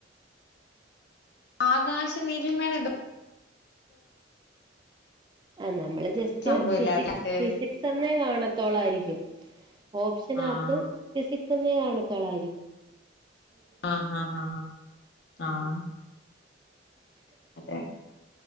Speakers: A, on the left (about 60°); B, on the right (about 25°).
A: ആകാശ ന്നീലിമേലെന്തോ
B: ആഹ് ന്നമ്മള് ജസ്റ്റ്
A: സംഭവല്ലായിരുന്നോ
B: ഫിസിക്സ്
A: മറ്റേ
B: ഫിസിക് സന്നേ കാണത്തൊളായിരിക്കും ഓപ്ഷനകത്ത്
A: ആഹ്
B: ഫിസിക്സെന്നേ കാണത്തോളായിരി
A: ആഹ് ഹഹ ഹഹ ആഹ് അതെ